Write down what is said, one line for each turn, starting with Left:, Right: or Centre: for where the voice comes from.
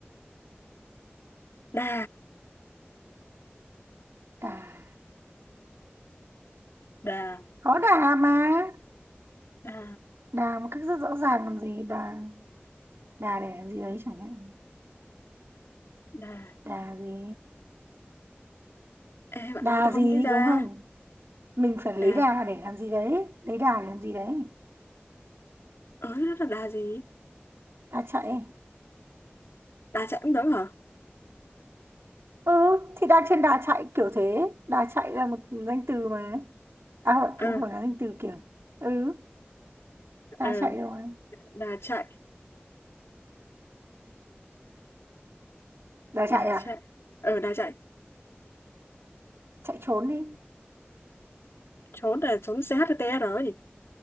Left: đà
Right: đà
Left: đà
Right: có đà mà
Left: đà
Right: đà một cách rất rõ ràng làm gì đà đà để làm gì đấy chẳng hạn
Left: đà
Right: đà gì
Left: ê bạn
Right: đà
Left: ơi tôi không
Right: gì
Left: nghĩ ra
Right: đúng không mình phải
Left: đà
Right: lấy đà để làm gì đấy lấy đà để làm gì đấy
Left: ớ nó là đà gì
Right: đà chạy
Left: đà chạy cũng đúng hả
Right: ừ thì đang trên đà chạy kiểu thế đà chạy là một danh từ mà à không,
Left: ờ
Right: cũng phải là danh từ kiểu ừ đà
Left: ờ
Right: chạy rồi
Left: đà chạy
Right: đà
Left: đà
Right: chạy à
Left: chạy ờ đà chạy
Right: chạy trốn đi
Left: trốn là trốn ch hay tr rồi gì?